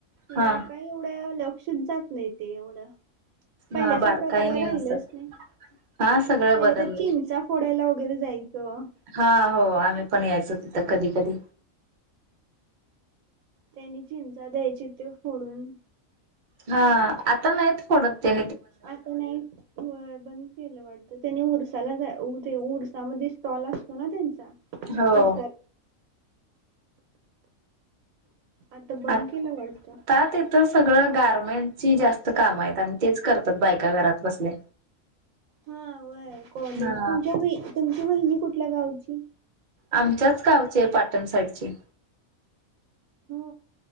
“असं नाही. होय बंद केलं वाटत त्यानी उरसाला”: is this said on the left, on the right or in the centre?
Right